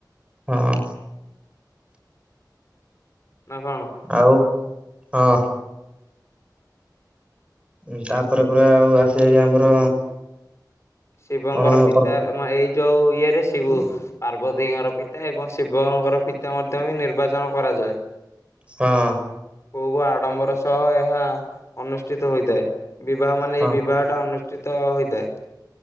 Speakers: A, on the right; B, on the left.
A: ହଁ।
B: ନାଁ କଣ?
A: ଆଉ ହଁ। ଉଁ ତାପରେ ପରେ ଆଉ ଆସେ ହାରି ଆମର
B: ଶିବଙ୍କର
A: କଣ
B: ପିତା
A: ପର୍ବ
B: ଆମ ଏଇ ଯୋଉ ଇଏରେ ଶିବୁ ପାର୍ବତୀଙ୍କର ପିତା ଏବଂ ଶିବଙ୍କର ପିତା ମଧ୍ୟ ବି ନିର୍ବାଚନ କରାଯାଏ।
A: ହଁ।
B: ଖୁବ୍ ଆଡ଼ମ୍ବର ସହ ଏହା ଅନୁଷ୍ଠିତ ହୋଇଥାଏ। ବିବାହ ମାନେ
A: ହଁ
B: ଏଇ ବିବାହଟା ଅନୁଷ୍ଠିତ ହୋଇଥାଏ।